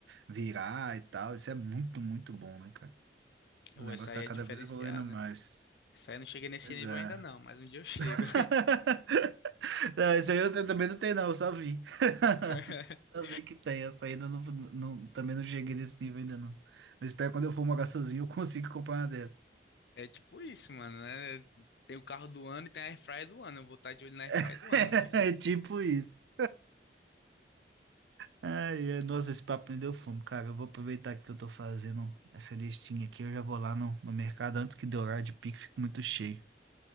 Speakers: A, on the right; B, on the left.
A: virar e tal. Isso é muito, muito bom, né, cara? O
B: Ou
A: negócio
B: essa aí
A: tá
B: é
A: cada
B: diferenciada.
A: vez evoluindo mais.
B: Essa aí eu não cheguei nesse
A: Pois
B: nível
A: é.
B: ainda não, mas um dia eu chego.
A: <laughs> Não, isso aí eu te- também não tenho, não, eu só vi. <laughs>
B: <laughs>
A: Só vi que tem, essa ainda não, não- também não cheguei nesse nível ainda não. Eu espero que quando eu for morar sozinho eu consigo comprar uma dessa.
B: É tipo isso, mano, né? Tem o carro do ano e tem a airfryer do ano. Eu vou estar de olho na airfryer
A: <laughs>
B: do ano, filho.
A: É tipo isso. Ai, ai, nossa, esse papo me deu fome, cara. Eu vou aproveitar que eu tô fazendo essa listinha aqui, eu já vou lá no, no mercado antes que dê horário de pico, fico muito cheio.